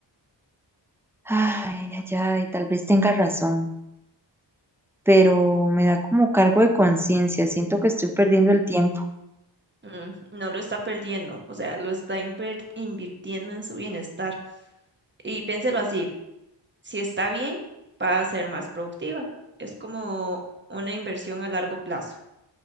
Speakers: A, in the centre; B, on the right (about 25°).
A: Ay, ay, ay, tal vez tenga razón, pero me da como cargo de conciencia, siento que estoy perdiendo el tiempo.
B: Mm, no lo está perdiendo, o sea, lo está inver- invirtiendo en su bienestar. Y piénselo así, si está bien, va a ser más productiva. Es como una inversión a largo plazo.